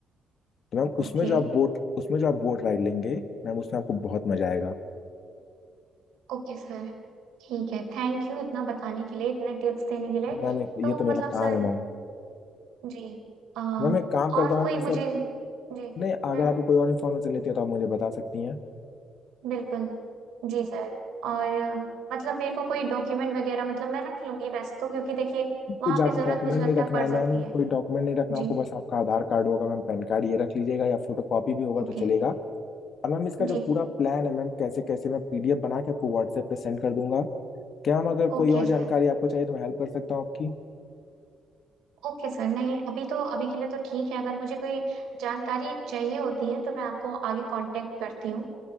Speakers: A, on the left; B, on the right.
A: तो मैम उसमें
B: ओके
A: जो आप बोट उसमें जो आप बोट राइड लेंगे मैम उसमें आपको बहुत मजा आएगा
B: ओके सर ठीक है थैंक यू इतना बताने के लिए इतने टिप्स देने के लिए
A: मैम एक-
B: तो
A: ये तो
B: मतलब
A: मेरा
B: सर
A: काम है मैम
B: जी आ,
A: मैम एक काम करता
B: और
A: हूँ
B: कोई
A: मैम ये सब
B: मुझे जी
A: नहीं अगर
B: हम्म
A: आपको कोई और इन्फॉर्मेशन लेती है तो आप मुझे बता सकती हैं
B: बिल्कुल जी सर और मतलब मेरे को कोई डॉक्यूमेंट वगैरह मतलब मैं रख लूंगी वैसे तो क्योंकि देखिए वहां
A: कुछ आप
B: पे जरूरत
A: डॉक्यूमेंट
B: मुझे लगता
A: नहीं रखना
B: है पड़
A: है
B: सकती
A: मैम
B: है
A: कोई डॉक्यूमेंट नहीं रखना आपको
B: जी
A: बस आपका आधार कार्ड होगा मैम पैन कार्ड ये रख लीजिएगा या फोटो कॉपी भी होगा
B: ओके
A: तो चलेगा और मैम इसका जो
B: जी
A: पूरा प्लान है मैम कैसे कैसे मैं पीडीएफ बना के आपको व्हाट्सएप पे सेंड कर दूंगा क्या मैम अगर
B: Okay
A: कोई और जानकारी
B: sir
A: आपको चाहिए तो मैं हेल्प कर सकता हूँ आपकी
B: ओके सर नहीं अभी तो अभी के लिए तो ठीक है अगर मुझे कोई जानकारी चाहिए होती है तो मैं आपको आगे कांटेक्ट करती हूँ